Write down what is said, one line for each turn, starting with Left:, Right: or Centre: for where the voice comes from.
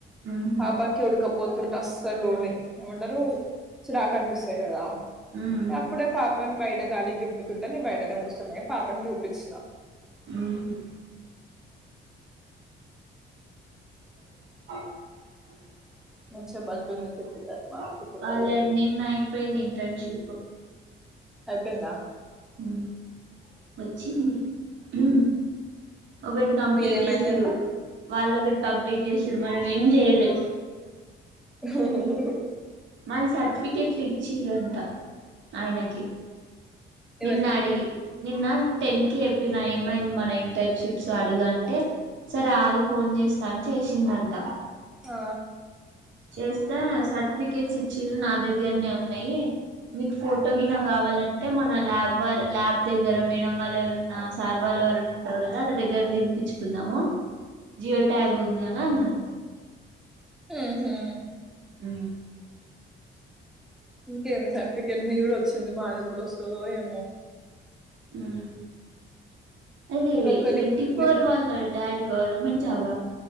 Right: ఉహు
Centre: పాపాకి ఉడుకపోత్ <unintelligible> అస్సలు నిద్ ఏమంటారు చిరాక్ అనిపిస్తాది కదా
Right: ఉమ్
Centre: అప్పుడే పాప బయట గాలికి దిప్పుతుంటా నే బయ గడ కూసున్నయి పాపని చూపించిన
Right: ఉహు <unintelligible>
Centre: మంచిగా బజ్జుంది చిట్టి తల్లి మా చిట్టి
Right: వాళ్ళది
Centre: తల్లి
Right: నిన్న అయిపోయింది ఇంటెన్షిప్
Centre: అయిపోయింద
Right: ఉ వచ్చింది ఉ ఒకటి కంప్లీట్
Centre: మీదేమైందంట
Right: జేషిర్రు వాళ్ళోకటి కంప్లీట్ జేసిరు మనం ఏం జేయలే.
Centre: <unintelligible>
Right: వాల్ సర్టిఫికెట్లు ఇచ్చిరంట ఆయనకి నిన్నా
Centre: ఎవరికి
Right: అడిగి నిన్న టెన్ కి చెప్పినా ఏమైంది మన ఇంటర్న్షిప్స్ అడుగంటే సరే ఆగు ఫోన్ చేస్తా అని చేసిండంట
Centre: ఆ.
Right: చూస్తే సర్టిఫికెట్స్ ఇచ్చారు నా దగ్గరనే ఉన్నాయి. మీకు ఫోటో గినా కావాలంటే మన ల్యాబ్ వా ల్యాబ్ దగ్గర మేడం వాళ్ళు ఎవరన్నా సార్ వాళ్ళు ఎవరయినా ఉంటారు కదా వల్ల దగ్గర దింపించుకుందాము, జియో ట్యాగ్ ఉంది, కదా అన్నారు,
Centre: ఉహూ
Right: ఉ
Centre: ఇంకేంది సర్టిఫికేట్ మీది గూడా వచ్చింది మాదేప్పుడోస్తదో ఏమో.
Right: ఉ అది
Centre: వీళ్ళొక్క
Right: ట్వంటీ
Centre: రిప్
Right: ఫోర్
Centre: రిప్
Right: వాళ్ళ డాడీ గవర్నమెంట్ జాబా